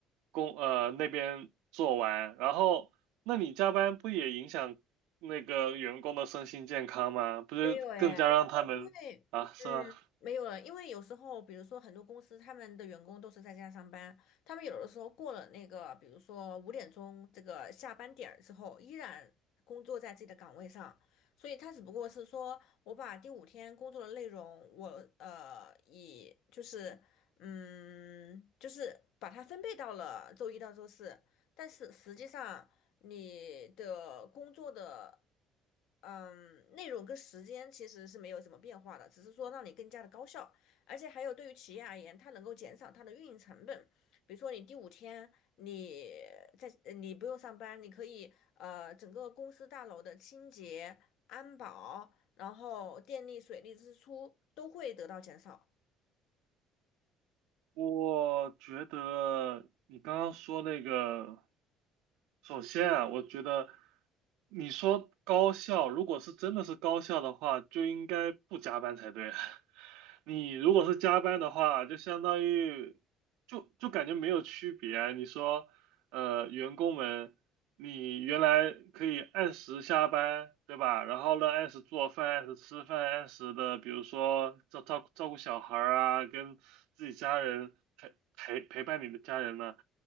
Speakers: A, on the right; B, on the left.
A: 工呃那边做完，然后那你加班不也影响那个员工的身心健康吗？不就更加让他们啊，
B: 没有诶，因为嗯，
A: 是吗？
B: 没有了，因为有时候，比如说很多公司他们的员工都是在家上班，他们有的时候过了那个，比如说五点钟这个下班点儿之后，依然工作在自己的岗位上，所以他只不过是说我把第五天工作的内容，我呃以就是嗯就是把它分配到了周一到周四，但是实际上你的工作的。嗯，内容跟时间其实是没有什么变化的，只是说让你更加的高效，而且还有对于企业而言，它能够减少它的运营成本。比如说你第五天你在呃你不用上班，你可以呃整个公司大楼的清洁、安保，然后电力、水利支出都会得到减少。
A: 我觉得你刚刚说那个，首先啊，我觉得你说高校，如果是真的是高校的话，就应该不加班才对啊。<laughs> 你如果是加班的话，就相当于就就感觉没有区别啊。你说呃员工们，你原来可以按时下班，对吧？然后呢，按时做饭，按时吃饭，按时的，比如说照照照顾小孩儿啊，跟自己家人陪陪陪伴你的家人呢。